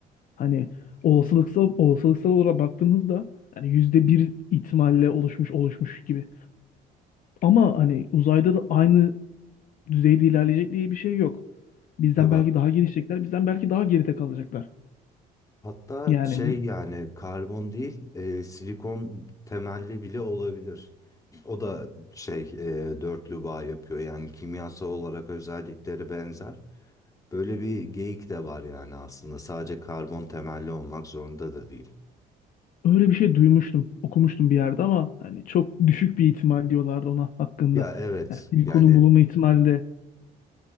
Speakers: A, on the left; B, on the left.
A: Hani olasılıksal olasılıksal olarak baktığımızda yani yüzde bir ihtimalle oluşmuş oluşmuş gibi. Ama hani uzayda da aynı düzeyde ilerleyecek diye bir şey yok. Bizden
B: Tabii.
A: belki daha gelişecekler, bizden belki daha geride kalacaklar.
B: Hatta
A: Yani
B: şey yani karbon değil e, silikon temelli bile olabilir. O da şey e, dörtlü bağ yapıyor yani kimyasal olarak özellikleri benzer. Böyle bir geyik de var yani aslında sadece karbon temelli olmak zorunda da değil.
A: öyle bir şey duymuştum, okumuştum bir yerde ama hani çok düşük bir ihtimal diyorlardı ona hakkında.
B: Ya evet
A: Yani silikonun
B: yani
A: bulunma ihtimali de,